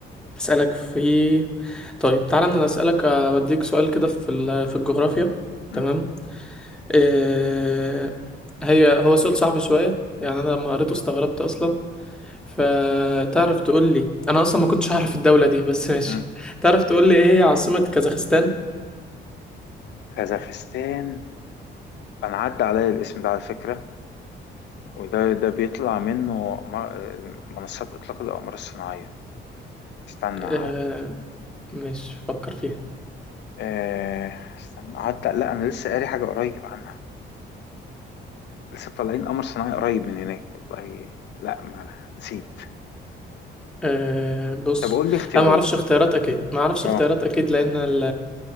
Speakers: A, in the centre; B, on the left.
A: اسالك في طيب تعالى انا اسالك آه، بديك سؤال كده في ال- في الجغرافيا
B: مم.
A: تمام آه، هي هو سؤال صعب شوية يعني أنا لما قريته استغربت أصلا فتعرف تقول لي أنا أصلا ما كنتش هعرف الدولة دي بس <laughs> ماشي
B: مم.
A: تعرف تقول لي إيه هي عاصمة كازاخستان
B: كازاخستان أنا عدى عليا الاسم ده على فكرة وده ده بيطلع منه م- منصات إطلاق الأقمار الصناعية استنى
A: آه، مش فكر فيها
B: آه، استنى قعدت لا انا لسه قاري حاجه قريب عنها لسه طالعين قمر صناعي قريب من هناك والله لا ما نسيت
A: أه بص
B: طب قول لي اختيارات
A: انا ما اعرفش اختيارات اكيد ما اعرفش
B: اه
A: اختيارات اكيد لان ال...